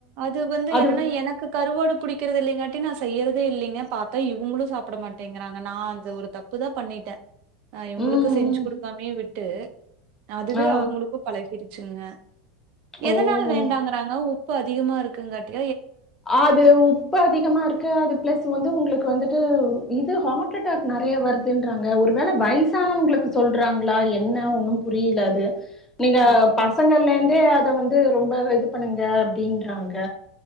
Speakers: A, on the right; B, on the left.
A: அது வந்து
B: அது
A: என்னன்னா எனக்கு கருவாடு பிடிக்கிறது இல்லாட்டி நான் செய்யறதே இல்லைங்க பாத்தா இவங்களும் சாப்பிட மாட்டேங்கிறாங்க நான் அந்த ஒரு தப்புதா பண்ணிட்ட அ இவங்களுக்கு
B: ம்
A: செஞ்சு
B: ம்
A: குடுக்காமயே விட்டு அதுவே
B: ஆ
A: அவங்களுக்கும் பழகிடுச்சுங்க
B: ஆ ஓ
A: எதனால வேண்டாங்கறாங்க இப்போ அதிகமா இருக்குங்காட்டி
B: அது உப்பு அதிகமா இருக்கு அது பிளஸ் வந் உங்களுக்கு வந்துட்டு இது ஹார்ட் அட்டாக் நிறைய வருதுன்றாங்க ஒருவேள வயசானவங்களுக்கு சொல்றாங்களா என்ன ஒன்னு புரியலது நீங்க
A: அப்டி
B: பசங்கள்ல இருந்தே அத வந்து ரொம்ப இது பண்ணுங்க அப்டின்றாங்க